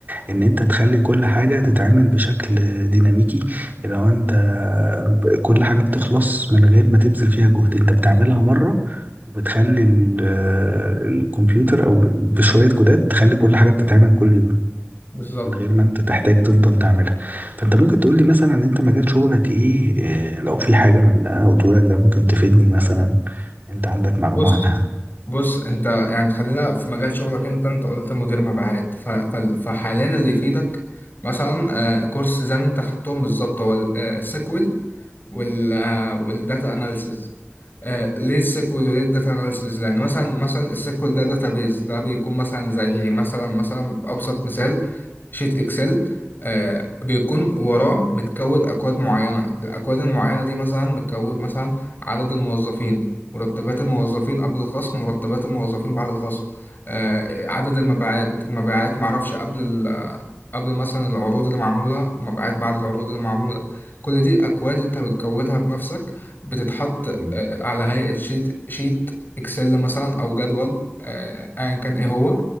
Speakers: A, on the right; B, on the left.
A: ان انت تخلي كل حاجه تتعمل بشكل ديناميكي لو انت كل حاجه بتخلص من غير ما تبذل فيها جهد انت بتعملها مره وبتخلي ال- الكمبيوتر او بشويه كودات تخلي كل حاجه بتتعمل كل يوم
B: بالظبط
A: من غير ما انت تحتاج تفضل تعملها فانت ممكن تقول لي مثلا انت مجال شغلك ايه إيه، لو في حاجه من اللي انا قلته لك ده ممكن تفيدني مثلا انت عندك معلومه
B: بص
A: عنها
B: بص انت يعني خلينا في مجال شغلك انت انت قلت مدير مبيعات ف- ف- فحاليا اللي يفيدك مثلا آه، كورس زي ما انت خدتهم بالظبط هو السيكوال وال آه، والداتا اناليسز آه، ليه السيكوال وليه الداتا اناليسز لان مثلا مثلا السيكوال ده داتابيز ده بيكون مثلا زي مثلا مثلا ابسط مثال شيت اكسل آه بيكون وراه متكود اكواد معينه الاكواد المعينه دي مثلا متكود مثلا عدد الموظفين مرتبات الموظفين قبل الخصم مرتبات الموظفين بعد الخصم آه عدد المبيعات المبيعات معرفش قبل ال آه، قبل مثلا العروض اللي معموله مبيعات بعد العروض اللي معموله كل دي اكواد انت بتكودها بنفسك بتتحط
A: مم.
B: آه، على هيئة شيت شيت اكسل مثلا او جدول آه، ايا كان ايه هو